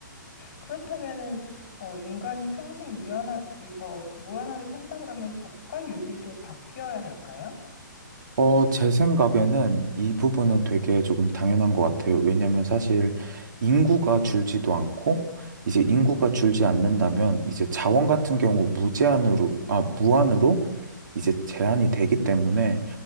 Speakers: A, on the left; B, on the right.
A: 그렇다면은 어, 인간이 평생 유한하, 유, 어, 무한하게 산다 그러면 법과 윤리도 바뀌어야 할까요?
B: 어, 제 생각에는 이 부분은 되게 조금 당연한 것 같아요. 왜냐면 사실 인구가 줄지도 않고, 이제 인구가 줄지 않는다면, 이제 자원 같은 경우 무제한으로, 아, 무한으로 이제 제한이 되기 때문에,